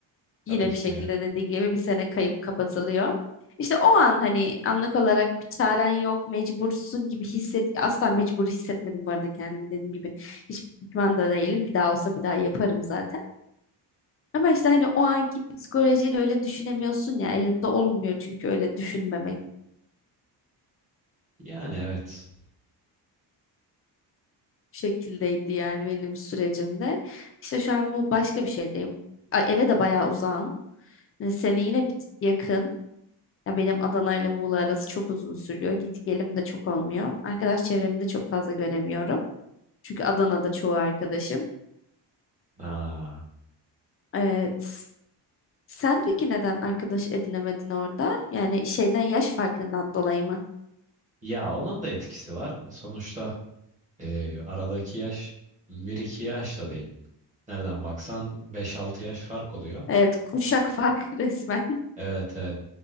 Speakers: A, on the left; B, on the right.
A: Yine
B: Tabii ki
A: bir şekilde
B: de ya.
A: dediğin gibi bir sene kayıp kapatılıyor. İşte o an hani anlık olarak bir çaren yok, mecbursun gibi hisset asla mecbur hissetmedim bu arada kendimi dediğim gibi. Hiç pişman da değilim. Bir daha olsa bir daha yaparım zaten. Ama işte hani o anki psikolojiyle öyle düşünemiyorsun ya elinde olmuyor çünkü öyle düşünmemek
B: Yani evet.
A: şekildeydi yani benim sürecimde. İşte şu an bu başka bir şeydeyim. A- Eve de bayağı uzağım. Yani seni yine bir- tık yakın. Ya benim Adana ile Muğla arası çok uzun sürüyor. Git gelim de çok olmuyor. Arkadaş çevremi de çok fazla göremiyorum. Çünkü Adana'da çoğu arkadaşım.
B: Aa.
A: Evet. Sen peki neden arkadaş edinemedin orada? Yani şeyden yaş farkından dolayı mı?
B: Ya onun da etkisi var. Sonuçta e, aradaki yaş bir iki yaş da değil. Nereden baksan beş altı yaş fark oluyor.
A: Evet, kuşak farkı <laughs> resmen.
B: Evet evet.